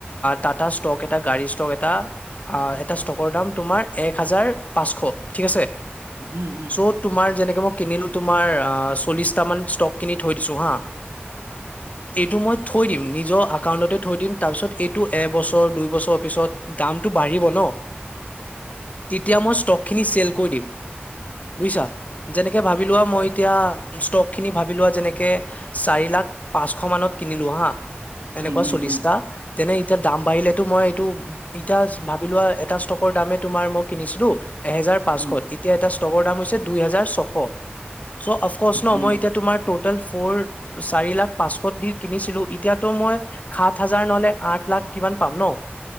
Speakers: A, on the left (about 35°); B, on the right (about 85°).
A: টাটা ষ্ট ষ্টক এটা গাড়ী ষ্টক এটা এটা ষ্টকৰ দাম তোমাৰ এক হাজাৰ পাঁচশ ঠিক আছে
B: উম, উম, উম, উম, উম, উম, উম, উম, উম, উম, উম,
A: চ' তোমাৰ যেনেকে মোক কিনিলোঁ তোমাৰ চল্লিছটা মান ষ্টক কিনি থৈ দিছো হা এইটো মই কে থৈ দিম নিজৰ একাউন্টতে থৈ দিম তাৰপিছত এইটো এবছৰ, দুই বছৰ পিছত দামটো বাঢ়িব ন তেতিয়া মই ষ্টকখিনি চেল কৰি দিম বুজিছা যেনেকে ভাবি লোৱা মই এতিয়া ষ্টক খিনি ভাবি লোৱা যেনেকে চাৰি লাখ পাঁচশ মানত কিনিলো হা এনেকুৱা
B: উম,
A: চল্লিছটা তেনে এতিয়া দাম বাঢ়িলেতো মই টো এতিয়া ভাবি লোৱা এটা ষ্টকৰ দামে তোমাৰ মই কিনিছিলো এহেজাৰ পাঁচশ,
B: উম,
A: এতিয়া এটা ষ্টকৰ দাম হৈছে দুই হেজাৰ ছশ চ' অফকৰ্চ ন
B: উম,
A: মই এতিয়া তোমাৰ টটেল ফৰ চাৰি লাখ পাঁচশ দি কিনিছিলোঁ, এতিয়াতো মই সাত হাজাৰ নহলে আঠলাখ কিমান পাম নহ